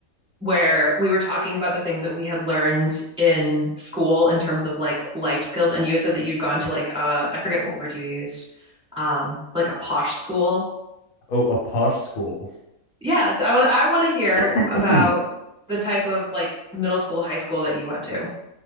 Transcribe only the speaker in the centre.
where we were talking about the things that we had learned in school in terms of like life skills. And you had said that you'd gone to like uh I forget what word you used, um, like a posh school.
Yeah, I want I want to hear
about
the type of like middle school, high school that you went to.